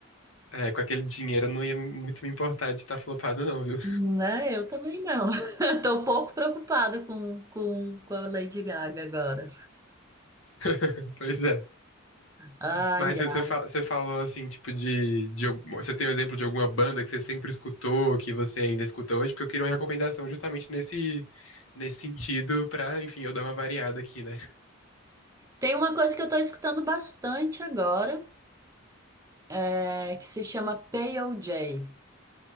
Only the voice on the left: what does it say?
É, com aquele dinheiro eu não ia muito me importar de estar flopado, não, viu?
<laughs> Pois é.
Mas você
você fa- você falou assim, tipo, de, de. algum- Você tem um exemplo de alguma banda que você sempre escutou, que você ainda escuta hoje? Porque eu queria uma recomendação justamente nesse, nesse sentido, pra, enfim, eu dar uma variada aqui, né?